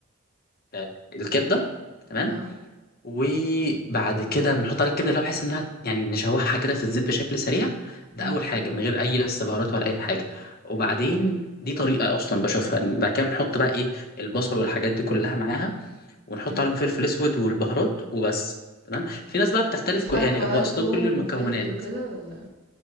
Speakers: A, on the left (about 50°); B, on the right (about 55°).
A: آه، الكبده تمام
B: اه
A: وبعد كده بنحط عليها الكبده اللي هو بحيث انها يعني نشوحها كده في الزيت بشكل سريع ده
B: امم
A: اول حاجه من غير اي لسه بهارات ولا اي حاجه وبعدين دي طريقه اصلا بشوفها إن بعد كده بنحط بقى ايه البصل والحاجات دي كلها معاها ونحط
B: امم
A: عليهم فلفل اسود والبهارات وبس تمام في ناس بقى بتختلف
B: بيتحط
A: كو- يعني
B: بقى
A: هو اصلا
B: توم
A: كل المكونات
B: وفلفل وكده ولا